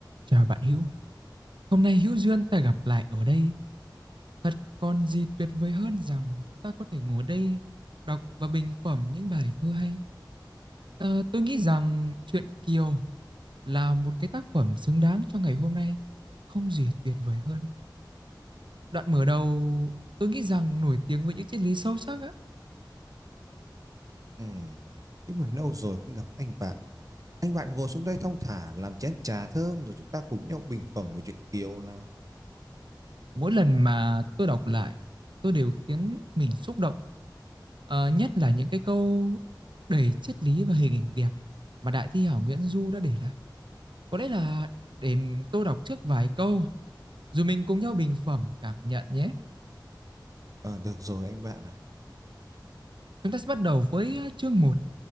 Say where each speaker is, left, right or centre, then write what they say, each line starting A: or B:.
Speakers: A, on the right (about 80°); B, on the right (about 45°).
A: Chào bạn Hữu, hôm nay hữu duyên ta gặp lại ở đây. Thật còn gì tuyệt vời hơn rằng chúng ta có thể ngồi đây đọc và bình phẩm những bài thơ hay. Ờ, tôi nghĩ rằng truyện Kiều là một cái tác phẩm xứng đáng cho ngày hôm nay, không gì tuyệt vời hơn. Đoạn mở đầu tôi nghĩ rằng nổi tiếng với những triết lý sâu sắc á.
B: Ừ, đúng là lâu rồi không gặp anh bạn. Anh bạn ngồi xuống đây thong thả làm chén trà thơm rồi chúng ta cùng nhau bình phẩm về chuyện Kiều nào.
A: Mỗi lần mà tôi đọc lại, tôi đều khiến mình xúc động. Ờ, nhất là những cái câu đầy triết lý và hình ảnh đẹp mà đại thi hảo Nguyễn Du đã để lại. Có lẽ là để tôi đọc trước vài câu, rồi mình cùng nhau bình phẩm cảm nhận nhé.
B: Ờ, được rồi anh bạn à.
A: Chúng ta sẽ bắt đầu với ờ, chương một